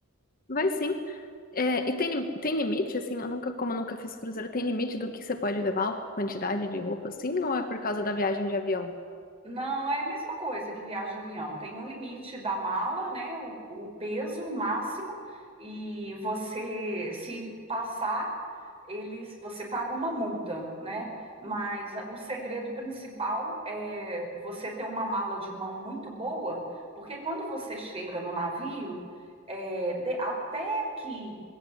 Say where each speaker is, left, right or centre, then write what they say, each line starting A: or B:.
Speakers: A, on the left (about 45°); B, on the right (about 30°).
A: Vai sim. É, e tem, tem limite, assim, eu nunca, como eu nunca fiz cruzeiro, tem limite do que você pode levar, quantidade de roupa, assim, ou é por causa da viagem de avião?
B: Não, é a mesma coisa que viagem de avião. Tem um limite da mala, né? O, o peso máximo, e você, se passar, eles, você paga uma multa, né? Mas o segredo principal é você ter uma mala de mão muito boa, porque quando você chega no navio, é, de- até que